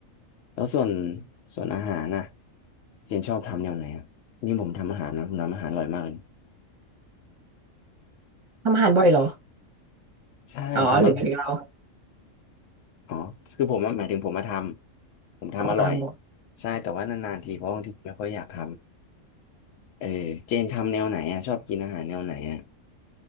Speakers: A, on the left (about 75°); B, on the right (about 30°).
A: แล้วส่วนส่วนอาหารน่ะเจนชอบทำแนวไหนอ่ะยิ่งผมทำอาหารนะผมทำอาหารอร่อยมากเลย
B: ทำอาหารบ่อยเหรอ
A: <laughs> ใช่ทำอร่อย
B: อ๋อหรือว่าเรา
A: อ๋อคือผมอะหมายถึงผมมาทำผมทำอร่อย
B: อ๋อทำบ่อย
A: ใช่แต่ว่านานๆทีเพราะบางทีไม่ค่อยอยากทำเออเจนทำแนวไหนอ่ะชอบกินอาหารแนวไหนอ่ะ